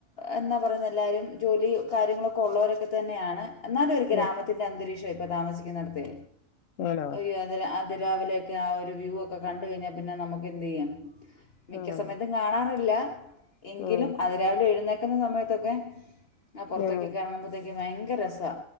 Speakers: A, on the left (about 45°); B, on the left (about 70°).
A: എന്നാ പറയുന്നെ എല്ലാവരും ജോലി കാര്യങ്ങളൊക്കെ ഉള്ളവരൊക്കെ തന്നെയാണ്, എന്നാലും ഒരു ഗ്രാമ
B: ഉം
A: ത്തിന്റെ അന്തരീക്ഷ ഇപ്പൊ താമസിക്കുന്നിടത്തെ,
B: ആണോ
A: അയ്യോ അതില് ആ രാവിലെയൊക്കെ ആ ഒരു വ്യൂ ഒക്കെ കണ്ട് കഴിഞ്ഞാൽ പിന്നെ നമുക്ക് എന്ത്‌ചെയ്യും മിക്ക
B: ആഹ്
A: സമയത്തും കാണാറില്ല എങ്കിലും
B: ഉം
A: അതിരാവിലെ എഴുന്നേക്കുന്ന സമയത്തൊക്കെ ആഹ് പുറത്തേക്കേക്ക്റങ്ങുമ്പോഴുത്തക്ക്
B: ഉം
A: ഭയങ്കര രസ